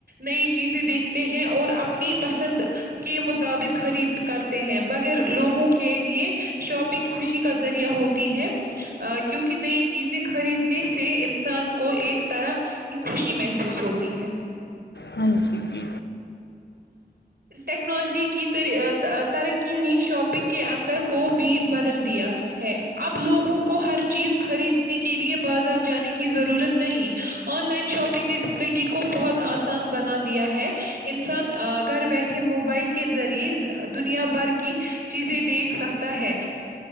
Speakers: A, on the right; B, on the left.
A: نئی چیزیں دیکھتے ہیں اور اپنی پسند کے مطابق خرید کرتے ہیں بغیر لوگوں کے لیے شاپنگ خوشی کا ذریعہ ہو ہے کیونکہ نئی چیزیں خریدنے سے انسان کو ایک طرح کی خوشی محسوس ہوتی ہے
B: ہاں جی جی
A: ٹیکنالوجی کی ترقی نے شاپنگ کے اندر کو بھی بدل دیا ہے اب لوگوں کو ہر چیز خریدنے کے لیے بازار جانے کی ضرورت نہیں آن لائن شاپنگ نے زندگی کو بہت آسان بنا دیا ہے انسان گھر بیٹھے موبائل کے ذریعے دنیا بھر کی چیزیں دیکھ سکتا ہے